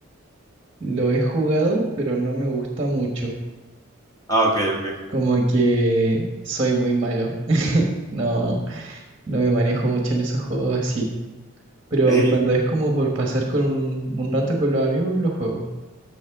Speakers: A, on the right; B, on the left.
A: lo he jugado, pero no me gusta mucho.
B: Ah, ok, ok.
A: Como que soy muy malo. No, no me manejo mucho en esos juegos así. Pero
B: Ey,
A: cuando es como por pasar con un, un rato con los amigos, lo juego.